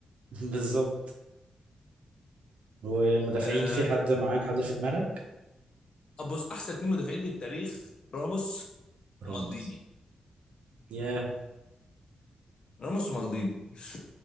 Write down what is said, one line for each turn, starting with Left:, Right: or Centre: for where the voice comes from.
Right: <laughs> بالظبط ومدافعين
Left: آه،
Right: في حد معين حاضر في دماغك
Left: ابص احسن اتنين مدافعين في التاريخ راموس ومالديني
Right: راموس ياه
Left: راموس ومالديني <laughs>